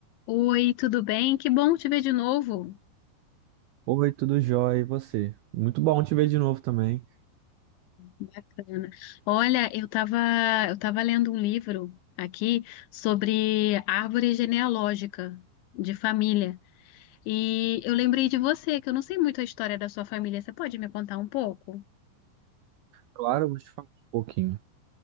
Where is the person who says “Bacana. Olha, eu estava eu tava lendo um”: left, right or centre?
Left